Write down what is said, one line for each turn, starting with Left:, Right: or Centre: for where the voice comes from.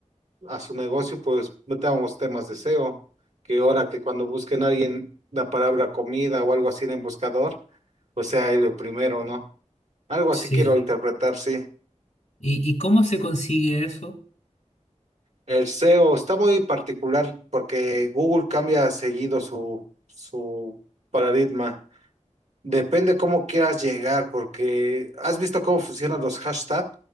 Right: a su negocio, pues metamos temas de SEO, que ahora que cuando busquen a alguien la palabra comida o algo así en el buscador, pues sea él el primero, ¿no? Algo
Left: Sí.
Right: así quiero interpretar, sí.
Left: ¿Y, y cómo se consigue eso?
Right: El SEO está muy particular porque Google cambia seguido su, su paradigma. Depende cómo quieras llegar, porque has visto cómo funcionan los hashtags,